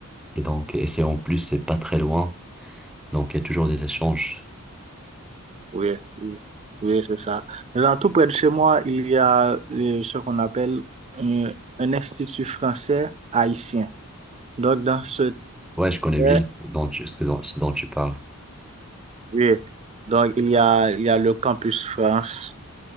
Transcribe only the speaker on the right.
Oui, oui, oui, c'est ça. Dans tout près de chez moi, il y a euh, ce qu'on appelle euh, un, institut français haïtien. Donc, dans ce
eh,
oui, donc il y a, il y a le campus France.